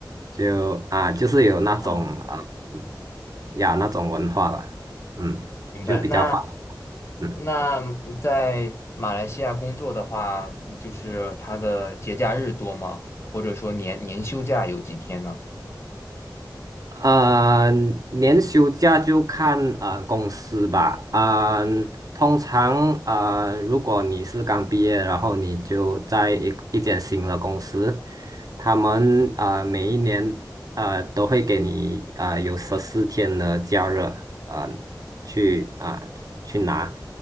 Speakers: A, on the right (about 50°); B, on the left (about 35°).
A: 就啊、就是有那种呃嗯
B: 嗯，
A: 呀那种文化了，嗯，
B: 明白。
A: 就比较放松
B: 那
A: 嗯。
B: 那在马来西亚工作的话，就是他的节假日多吗？或者说年年休假有几天呢？
A: 啊、年休假就看啊、公司吧，啊、通常啊、如果你是刚毕业，然后你就在一一间新的公司，他们啊、每一年啊、都会给你啊、有十四天的假日啊、去啊、去拿